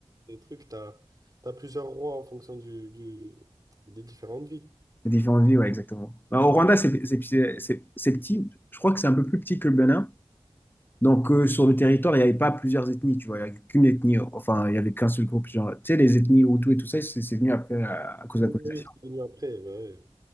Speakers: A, on the right; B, on the left.
A: des trucs, tu as, plusieurs rois en fonction du, du- des différentes villes.
B: Les différentes vies, ouais, exactement. Bah, au Rwanda, c'est c'est- c'est- c'est- c'est petit. Je crois que c'est un peu plus petit que le Bénin. Donc, euh, sur le territoire, il n'y avait pas plusieurs ethnies, tu vois. Il n'y avait qu'une ethnie. Enfin, il n'y avait qu'un seul groupe. Genre, tu sais, les ethnies Hutu et tout ça, c'est c'est venu après à, à cause de
A: Oui,
B: la colonisation.
A: oui, c'est venu après, bah ouais.